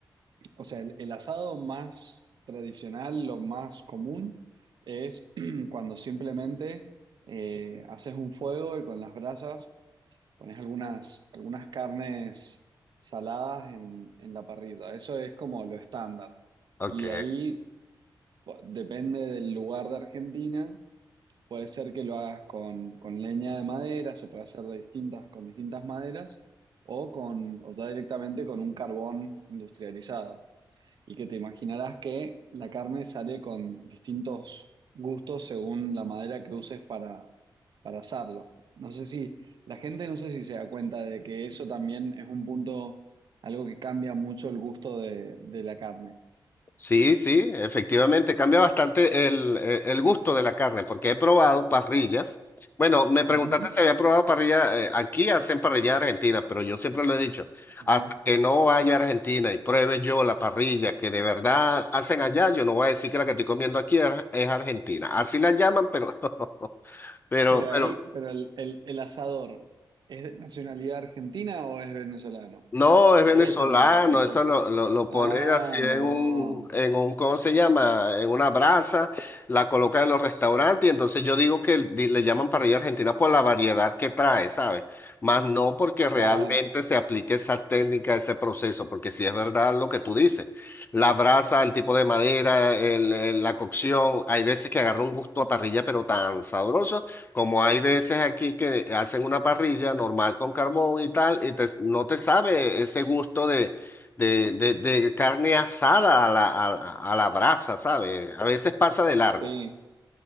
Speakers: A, on the right; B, on the left.
A: o sea, el, el asado más tradicional, lo más común, es <clears throat> cuando simplemente eh, haces un fuego y con las brasas pones algunas, algunas carnes saladas en, en la parrilla. Eso es como lo estándar.
B: ok.
A: Y ahí bu- depende del lugar de Argentina, Puede ser que lo hagas con, con leña de madera, se puede hacer de distintas, con distintas maderas, o con, o ya directamente con un carbón industrializado. Y que te imaginarás que la carne sale con distintos gustos según la madera que uses para, para asarlo. No sé si, la gente no sé si se da cuenta de que eso también es un punto, algo que cambia mucho el gusto de, de la carne.
B: Sí, sí, efectivamente, cambia bastante el, eh, el gusto de la carne, porque he probado parrillas. Bueno, me preguntaste
A: Ujú,
B: si había probado parrilla, eh, aquí hacen parrilla argentina, pero yo siempre lo he dicho,
A: ajá.
B: hasta que no vaya a Argentina y pruebe yo la parrilla que de verdad hacen allá, yo no voy a decir que la que estoy comiendo aquí es, es argentina. Así la llaman, pero, <laughs> pero,
A: Pero ahí,
B: pero
A: pero el, el, el asador, ¿es de nacionalidad argentina o es venezolano?
B: No, es
A: Porque
B: venezolano,
A: esa es la, la diferencia.
B: eso lo, lo, lo ponen
A: Ah,
B: así en
A: no,
B: un, en un, ¿cómo se llama? En una brasa, la colocan en los restaurantes y entonces yo digo que di- le llaman parrilla argentina por la variedad que trae, ¿sabes? Más no porque realmente
A: claro,
B: se aplique esa técnica, ese proceso, porque si es verdad lo que tú dices, la brasa, el tipo de madera, el- el- la cocción, hay veces que agarra un gusto a parrilla pero tan sabroso como hay veces aquí que hacen una parrilla normal con carbón y tal, y te- no te sabe ese gusto de, de, de- de carne asada a la, a, a la brasa, ¿sabes? A veces pasa de largo.
A: sí.